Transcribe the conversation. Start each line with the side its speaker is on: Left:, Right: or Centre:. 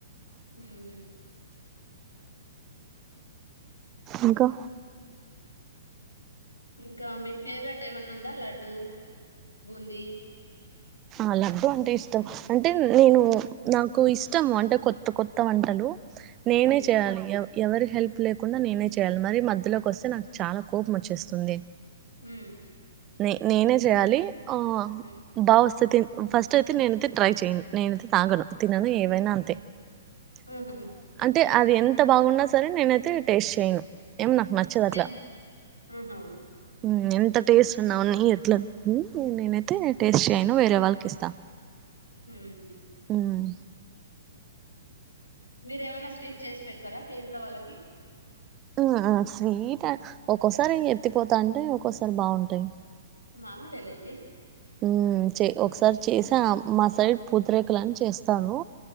Left: హ్మ్.
Right: ఇంకా
Left: ఇంకా మీకు ఫేవరెట్ ఏమైన్నా ఉందా లడ్డూ. బూంది
Right: అలా ఉంటే ఇష్టం. అంటే నేను నాకు ఇష్టం అంటే కొత్త కొత్త వంటలు. నేనే
Left: హ్మ్.
Right: చేయాలి ఎవరి హెల్ప్ లేకుండా నేనే చేయాలి, మరి మధ్యలోకి వస్తే నాకు చాలా కోపం వచ్చేస్తుంది.
Left: ఊ
Right: ని నేనే చేయాలి ఆ
Left: హ్మ్.
Right: బా వస్తుతి ఫస్ట్ అయితే నేను అయితే ట్రై చేయను, నేను తాగను. తినను ఏవైనా అంతే అంటే
Left: హుహు.
Right: అంటే అది ఎంత బాగున్నా సరే నేనైతే టేస్ట్ చేయను. ఏమో నాకు నచ్చదు అట్లా.
Left: ఎన్ ఆహా!
Right: హ్మ్ ఎంత టేస్ట్ ఎట్టున ఉన్ని ఎట్లా నేనైతే టేస్ట్ చేయను వేరే వాళ్ళకి ఇస్తా.
Left: హ్మ్
Right: హ్మ్
Left: మీరు ఏవన్న స్వీట్ చేసి పెడతారా మీ ఇంట్లో వాళ్ళకి
Right: ఆ ఆ స్వీట్ ఒక్కోసారి ఎత్తిపోతా అంటే ఒక్కోసారి బాగుంటాయి.
Left: మామూల్గా వెయ్యండి
Right: హ్మ్ చే ఒకసారి చేసా మా సైడ్ పూతిరేకలుని చేస్తాము.